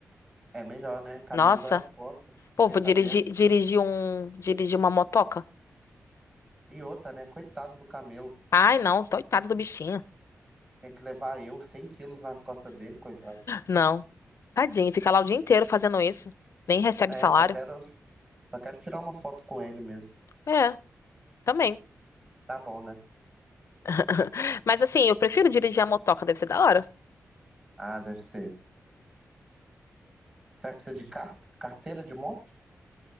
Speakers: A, on the right; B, on the left.
A: é melhor, né? Camelo
B: Nossa,
A: dói as costas,
B: pô,
A: fiquei
B: vou
A: sabendo.
B: dirigir, dirigir um, dirigir uma motoca.
A: E outra, né? Coitado do camelo.
B: Ai, não, coitado do bichinho.
A: Tem que levar eu 100 quilos nas costas dele, coitado.
B: Não. Tadinho, fica lá o dia inteiro fazendo isso. Nem recebe
A: É,
B: salário.
A: só quero, só quero tirar uma foto com ele mesmo.
B: É, também.
A: Tá bom, né?
B: <laughs> Mas assim, eu prefiro dirigir a motoca, deve ser da hora.
A: Ah, deve ser. Será que precisa de car- carteira de moto?